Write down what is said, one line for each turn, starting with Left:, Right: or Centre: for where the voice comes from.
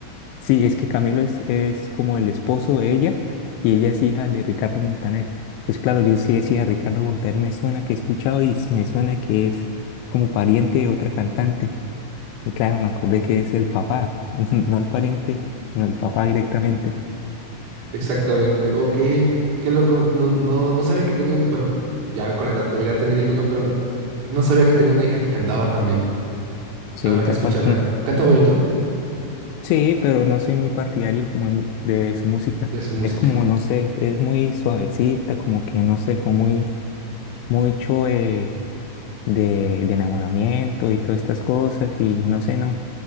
Left: sí, es que Camilo es, es como el esposo de ella, y ella es hija de Ricardo Montaner, entonces claro, yo sí decía, Ricardo Montaner me suena que he escuchado y me suena que es como pariente de otra cantante, y claro, me acordé que es el papá, <laughs> no el pariente, sino el papá directamente.
Right: Exactamente. Ok, qué loco. No, no, no sabía que tenía una... Bueno, ya con la edad debería tener hijos, ¿no? Pero no sabía que tenía una hija que cantaba también.
Left: Sí,
Right: Habrá
Left: tal
Right: que escucharla.
Left: cual. <laughs>
Right: Canta bonito
Left: Sí, pero no soy muy partidario como en- de su música.
Right: de su música.
Left: Es como, no sé, es muy suavecita, como que no sé, como muy, mucho eh, de, de enamoramiento y todas estas cosas. Y no sé, no,